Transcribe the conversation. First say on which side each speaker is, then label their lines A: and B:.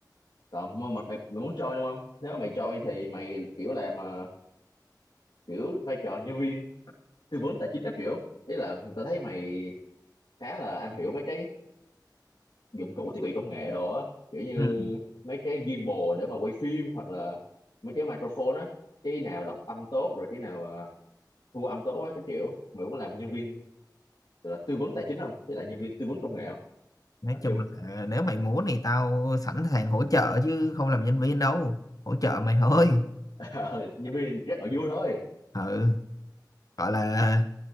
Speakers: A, on the left; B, on the left.
A: còn mà, mà, mày, mày muốn join đúng không nếu mà mày join thì mày kiểu làm ờ, kiểu vai trò nhân viên tư vấn tài chính các kiểu ý là tao thấy mày khá là am hiểu mấy cái dụng cụ thiết bị công nghệ đồ á kiểu như
B: ừ
A: mấy cái gimbal để mà quay phim hoặc là mấy cái microphone á cái nào lọc âm tốt rồi cái nào à, thu âm tốt á cái kiểu mày cũng làm nhân viên gọi là tư vấn tài chính không với lại nhân viên tư vấn công nghệ không
B: nói
A: làm
B: chung
A: chung
B: là ờ, nếu mày muốn thì tao sẵn sàng hỗ trợ chứ không làm nhân viên đâu hỗ trợ mày thôi
A: <laughs> Ờ, nhân viên rất là vui thôi
B: ừ gọi là